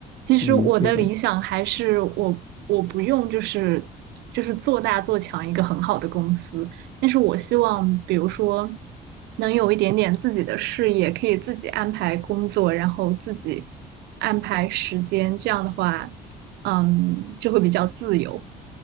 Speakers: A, on the right; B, on the left.
A: 其实我的理想还是我我不用就是就是做大做强一个很好的公司，
B: 嗯，对的，
A: 但是我希望比如说能有一点点自己的事业，可以自己安排工作，然后自己安排时间，这样的话，嗯，就会比较自由。